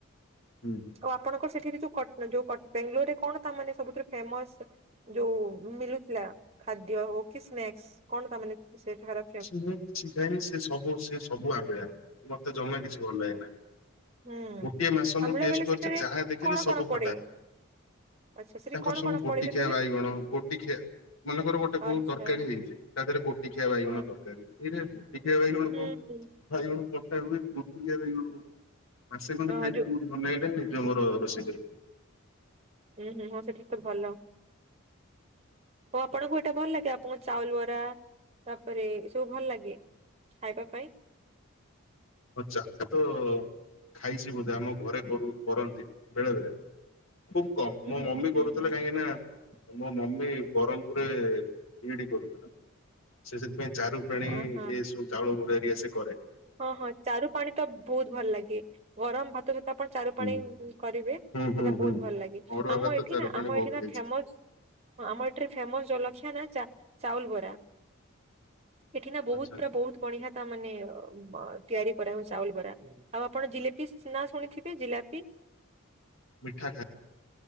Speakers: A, on the left; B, on the right.
A: ହୁଁ।
B: ଆଉ ଆପଣଙ୍କର ସେଠି ବି ଯୋଉ କ ଯୋଉ କ ବେଙ୍ଗଲୋରରେ କଣ ତାମାନେ ସବୁଥିରେ ଫେମସ ଯୋଉ ମିଲୁଥିଲା ଖାଦ୍ୟ ହୋଉ କି ସ୍ନେକ୍ସ କଣ ତାମାନେେ ସେଠାକାର
A: କିଛି ମାନେ କିଛି ଖାଇନି ସେ ସବୁ ସେ ସବୁ ଆମ୍ବିଳା ମତେ ଜମା କିଛି ଭଲ ଲାଗେନା।
B: ହୁଁ
A: ଗୋଟିଏ ମାସ ମୁଁ
B: ଆମଲା
A: ଟେଷ୍ଟ
B: ବେଳେ
A: କରିଚି
B: ସେଠାରେ
A: ଯାହା ଦେଖିଲି
B: କଣ
A: ସବୁ
B: କଣ ପଡେ
A: ଖଟା।
B: ଆଚ୍ଛା ସେଠି
A: ତାଙ୍କର
B: କଣ
A: ସବୁ
B: କଣ
A: ଗୋଟି
B: ପଡେ ସେଠାରେ
A: ଖିଆ ବାଇଗଣ ଗୋଟି ଖିଆ ମନେକର ଗୋଟେ କୋଉ
B: ଆଚ୍ଛା
A: ତରକାରୀ ହେଇଛି ତା ଦେହରେ ଗୋଟି ଖିଆ ବାଇଗଣ
B: ହଁ
A: ସରକାରୀ ଏଇରା ଗୋଟିକିଆ ବାଇଗଣ
B: ହୁଁ ହୁଁ
A: କଣ ବାଇଗଣ କଟା ହୁଏ ଗୋଟିକିଆ ବାଇଗଣ କଣ। ମାସେ ଖଣ୍ଡେ
B: ହଁ
A: ଖାଇଲି
B: ଯୋଉ
A: କୋଉଠି ଭଲ ଲାଗିଲାନି ନିଜ ମୋର ରୋଷେଇ କରି
B: ହୁଁ ହୁଁ ହଁ ସେଠିକି ତ ଭଲ ହୋଉ ଆପଣଙ୍କୁ ଏଇଟା ଭଲ ଲାଗେ ଆପଣ ଚାଉଲ ବରା ତାପରେ ଏ ସବୁ ଭଲ ଲାଗେ ଖାଇବା ପାଇଁ?
A: ହଁ ଚାହା ତ ଖାଇଚି ବୋଧେ ଆମ ଘରେ କରୁ କରନ୍ତି ବେଳେ ବେଳେ। ଖୁବ କମ
B: ହୁଁ
A: ମୋ
B: ହୁଁ
A: ମମି
B: ହୁଁ
A: କରୁଥିଲେ
B: ହୁଁ
A: କାହିଁକିନା ମୋ ମମି ବରମପୁରେ ବିଇଡି କରୁଥୁଲା ସେ ସେଥିପାଇଁ ଚାରୁ ପାଣି
B: ଅ ହଁ
A: ଏ ସବୁ ଚାଉଳ ଗୁଡ ହରିକା ସିଏ କରେ।
B: ହଁ ହଁ ଚାରୁ ପାଣି ତ ବୋହୁତ ଭଲ ଲାଗେ ଗରମ ଭାତ ସହିତ ଆପଣ ଚାରୁ
A: ହୁଁ
B: ପାଣି କରିବେ ସେଟା
A: ହୁଁ ହୁଁ
B: ବୋହୁତ ଭଲ ଲାଗେ
A: ଅରୁଆ
B: ଆମ
A: ଭାତ
B: ଏଠି
A: ଚାରୁ
B: ନା
A: ପାଣି
B: ଆମ
A: ବହୁତ
B: ଏଠି
A: ଖାଇଛି
B: ନା ଫେମସ୍ ହଁ ଆମର ଏଠିରେ ଫେମସ ଜଲଖିଆ ନା ଚା ଚାଉଲ ବରା। ଏଠି ନା ବୋହୁତ
A: ଆଚ୍ଛା।
B: ପୁରା ବୋହୁତ ବଢିଆ ତାମାନେ ଅ ବ ତିଆରି କରା ହୁଉ ଚାଉଲ ବରା ଆଉ ଆପଣ ଜିଲାପି ନାଁ ଶୁନିଥିବେ ଜିଲାପି।
A: ମିଠା ଖାଇ